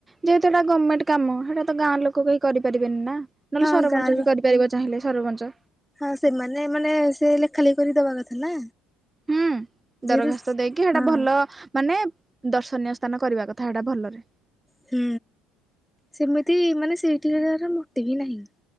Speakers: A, on the right (about 15°); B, in the centre.
A: ଯେହେତୁ ଏଟା ଗମେଣ୍ଟ କାମ ହେଇଟା ତ ଗାଁ ଲୋକ କେହି କରିପାରିବେନି ନା। ନହେଲେ
B: ହଁ
A: ସରପଞ୍ଚ
B: ଗାଁ ଲୋ
A: ବି କରିପାରିବ ଚାହିଁଲେ ସରପଞ୍ଚ।
B: ହଁ ସେମାନେ ମାନେ ସେ ଲେଖା ଲେଖି କରି ଦବା କଥା ନା।
A: ହୁଁ
B: ଯେହେତୁ
A: ଦରଖାସ୍ତ ଦେଇକି ସେଟା
B: ହଁ
A: ଭଲ ମାନେ ଦର୍ଶନୀୟ ସ୍ଥାନ କରିବା କଥା ଏଟା ଭଲରେ।
B: ହୁଁ ସେମିତି ମାନେ ସେଇଠି କାହାର ମୋଟିବି ନାହିଁ।